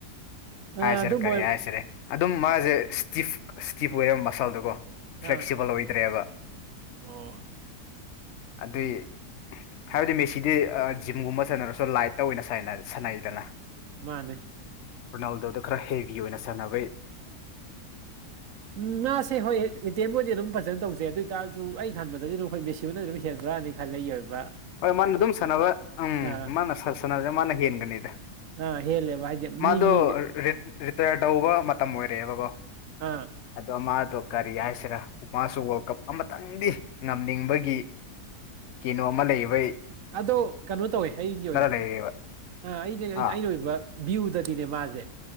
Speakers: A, on the right; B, on the left.
A: ꯑꯥ
B: ꯍꯥꯏꯁꯤꯔꯥ
A: ꯑꯗꯨꯝ
B: ꯀꯔꯤ
A: ꯑꯣꯏ
B: ꯍꯥꯏꯁꯤꯒꯦ ꯑꯗꯨꯝ ꯃꯥꯁꯦ ꯁ꯭ꯇꯤꯐ ꯁ꯭ꯇꯤꯐ ꯑꯣꯏꯔꯕ ꯃꯁꯥꯜꯗꯨꯒꯣ ꯐ꯭ꯂꯦꯛꯁꯤꯕꯜ
A: ꯑꯥ
B: ꯑꯣꯏꯗ꯭ꯔꯦꯕ
A: ꯑꯣ
B: ꯑꯗꯨꯏ ꯍꯥꯏꯕꯗꯤ ꯃꯦꯁꯤ ꯁꯤꯗꯤ ꯖꯤꯝꯒꯨꯝꯕ ꯁꯥꯟꯅꯔꯁꯨ ꯂꯥꯏꯠꯇ ꯑꯣꯏꯅ ꯁꯥꯟꯅꯩꯗꯅ
A: ꯃꯥꯅꯦ
B: ꯔꯣꯅꯥꯜꯗꯣꯗ ꯈꯔ ꯍꯦꯕꯤ ꯑꯣꯏꯅ ꯁꯥꯟꯅꯕꯩ
A: ꯎꯝ ꯃꯥꯁꯦ ꯍꯣꯏ ꯑꯦꯇꯦꯝꯕꯨꯗꯤ ꯑꯗꯨꯝ ꯐꯖꯅ ꯇꯧꯖꯩ ꯑꯗꯨꯏꯇꯔꯁꯨ ꯑꯩ ꯈꯟꯕꯗꯗꯤ ꯑꯗꯨꯝ ꯍꯣꯏ ꯃꯦꯁꯤꯅ ꯑꯗꯨꯝ ꯍꯦꯟꯕ꯭ꯔꯥꯅꯤ ꯈꯜꯂ ꯑꯩꯒꯤ ꯑꯣꯏꯅ
B: ꯍꯣꯏ ꯃꯥꯅ ꯑꯗꯨꯝ ꯁꯥꯟꯅꯕ ꯎꯝ
A: ꯑꯥ
B: ꯃꯥꯅ ꯁꯥꯟꯅꯕꯁꯦ ꯃꯥꯅ ꯍꯦꯟꯒꯅꯤꯗ
A: ꯑꯥ ꯍꯦꯜꯂꯦꯕ ꯍꯥꯏꯗꯤ
B: ꯃꯥꯗꯣ
A: ꯃꯤꯒꯤ
B: ꯔꯤꯇꯥꯌꯔ ꯇꯧꯕ ꯃꯇꯝ ꯑꯣꯏꯔꯦꯕꯀꯣ
A: ꯑꯥ
B: ꯑꯗꯣ ꯃꯥ ꯑꯗꯣ ꯀꯔꯤ ꯍꯥꯏꯁꯤꯔ ꯃꯥꯁꯨ ꯋꯥꯔꯜ ꯀꯥꯞ ꯑꯃꯇꯪꯗꯤ ꯉꯝꯅꯤꯡꯕꯒꯤ ꯀꯩꯅꯣ ꯑꯃ ꯂꯩꯌꯦ ꯕꯩ
A: ꯑꯗꯣ ꯀꯩꯅꯣ ꯇꯧꯋꯦ ꯑꯩꯒꯤ ꯑꯣꯏꯕ
B: ꯂꯩꯔꯦꯕ
A: ꯑꯩꯅ
B: ꯑꯥ
A: ꯑꯩꯅ ꯑꯣꯏꯕ ꯚ꯭ꯌꯨꯗꯗꯤꯅꯦ ꯃꯥꯁꯦ